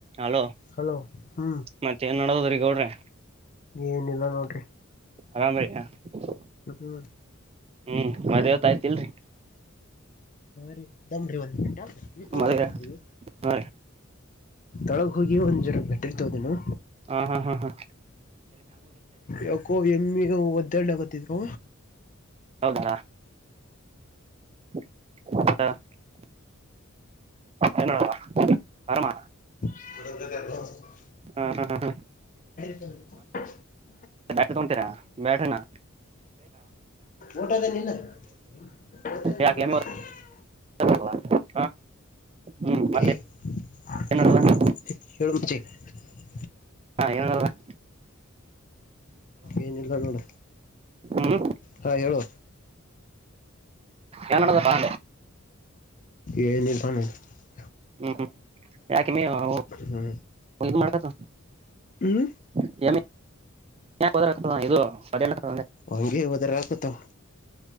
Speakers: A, on the right; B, on the left.
A: ಅಲೋ
B: ಹಲೋ ಹ್ಮ್
A: ಮತ್ತ ಏನ್ ನಡದದ್ರೀಗೌಡ್ರಿ
B: ಏನಿಲ್ಲ ನೋಡ್ರಿ
A: ಆರಾಮ ಬಾ <unintelligible>
B: ಮಟರು
A: ಹ್ಮ್ ಮದ್ವ್ತ ಆಯ್ತಿಲ್ರರಿ
B: ಹ ರೀ ದಮ್ರರಿವ ಬ
A: ಮದ್ವೆ
B: ಹೋಗ
A: ಹಾ ರೀ
B: ತೊಳ ಹೋಗಿ ಒ ಜಟ್ಟ ಇರ್ತೋದೇನು.
A: ಹ್ಮ್ಮ್ ಹ್ಮ್ಮ್ ಹ್ಮ್ಮ್.
B: ಯಕೋ ಎಮ್ಮಿ ಒದ್ಡಾಕಡತೀತು.
A: ಹೌದಾರಾ. <unintelligible> ಏನು ಅರಮ್ಮ.
B: ಬಡಲ್ಲ <unintelligible>
A: ಹ್ಮ್ಮ್ ಹ್ಮ್ಮ್ ಹ್ಮ್ಮ್.
B: <inaudible>
A: ಬ್ಯಾಟ ತಗತೀರಾ ಬ್ಯಾಟನಾ.
B: ಊಟದ ನಿಲ್ಲ <unintelligible>
A: ಯಾಕೆ ಎಮ್ಮಿ <unintelligible> ಹ್ಮ್ ಮತ್ತೆ
B: ಏ. ಹಚಿ
A: ಏನ್ ನಡದದ
B: <unintelligible>
A: ಹಾ ಏನ ನಡದಾದ.
B: ಇನ್ನಿಲ್ಲ ನೋಡು
A: ಹ್ಮ್
B: ಹ್ಮ್ಮ್ ಹೇಳು.
A: ಏನ್ ನಡದಾದ ಪಾ.
B: ಏನು <unintelligible>
A: ಹ್ಮ್ ಯಾಕೆ ಇನ್ನೂ
B: ಹ್ಮ್
A: ಇದು ಮಾಡ್ಕತ.
B: ಹ್ಮ್.
A: <unintelligible>
B: ಹಂಗೆ ಹೋದರಲಕತೇವಾ.